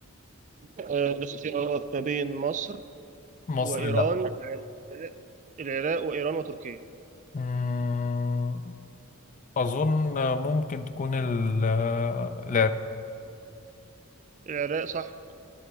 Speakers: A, on the right (about 35°); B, on the left (about 35°).
A: آه، الاختيارات ما بين مصر
B: مصر
A: وإيران
B: لا
A: والعراق العراق وإيران وتركيا
B: امم أظن ممكن تكون ال- آه،
A: العراق صح